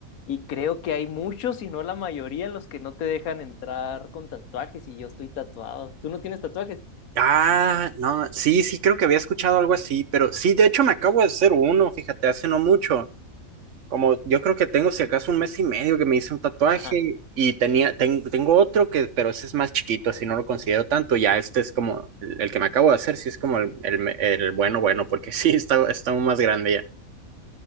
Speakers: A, on the left; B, on the right.
A: y creo que hay muchos, si no la mayoría, en los que no te dejan entrar con tatuajes y yo estoy tatuado. ¿Tú no tienes tatuajes?
B: Ah, no, sí, sí, creo que había escuchado algo así, pero sí, de hecho me acabo de hacer uno, fíjate, hace no mucho. Como yo creo que tengo si acaso un mes y medio que me hice un tatuaje
A: Ajá.
B: y tenía, ten- tengo otro que, pero ese es más chiquito, así no lo considero tanto. Ya este es como el, el que me acabo de hacer, sí es como el, el, me- el bueno, bueno, porque <laughs> sí, está, está aún más grande ya.